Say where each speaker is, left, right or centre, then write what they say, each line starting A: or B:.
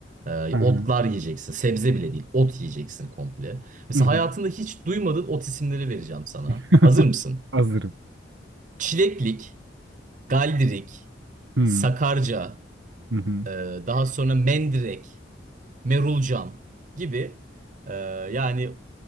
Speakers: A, on the right; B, on the right.
A: Eee,
B: Hı hı.
A: otlar yiyeceksin. Sebze bile değil, ot yiyeceksin komple. Mesela
B: Hı hı.
A: hayatında hiç duymadığın ot isimleri vereceğim sana.
B: <laughs>
A: Hazır mısın?
B: Hazırım.
A: Çileklik, galdirik,
B: Hı hı.
A: sakarca,
B: Hı hı.
A: eee, daha sonra mendirek, merulcan gibi eee, yani